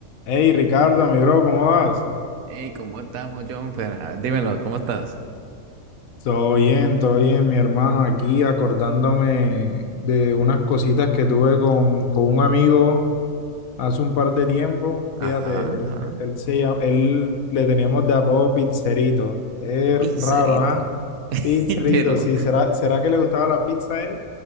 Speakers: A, on the left; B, on the right.
A: Hey Ricardo, mi bro, ¿cómo vas?
B: Hey, ¿cómo estamos, John? Pero, ah, dímelo, ¿cómo estás?
A: Todo bien, todo bien, mi hermano, aquí acordándome de unas cositas que tuve con, con un amigo hace un par de tiempo.
B: Ajá,
A: Fíjate, él,
B: ajá.
A: él se llama- él le teníamos de apodo Pizzerito. Es
B: Pizzerito.
A: raro, ¿ah?
B: <laughs>
A: Pizzerito,
B: Pero,
A: sí. ¿Será, será que le gustaba la pizza a él?